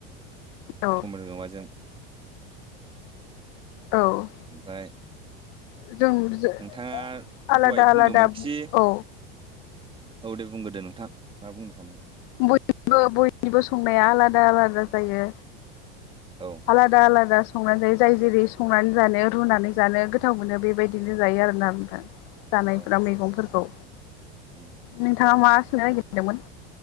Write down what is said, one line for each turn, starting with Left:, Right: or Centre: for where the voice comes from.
Left: औ
Right: टमेट' माबाजों।
Left: औ
Right: ओमफ्राय
Left: जों
Right: नोंथाङा
Left: आलादा
Right: दहाय
Left: आलादा
Right: बुंदोंमोनखि
Left: औ
Right: औ दे बुंदो दे नोंथां मा बुंनो सानो
Left: बयनिबो बयनिबो संनाया आलादा आलादा जायो।
Right: औ
Left: आलादा आलादा संनानै जायो जाय जेरै संनानै जानायाव रुनानै जानो गोथाव मोनो बेबायदिनो जायो आरोना नोंथां जानायफ्रा
Right: औ
Left: मैगंफोरखौ।
Right: उम
Left: नोंथाङा मा सोंनो नागिरदोंमोन।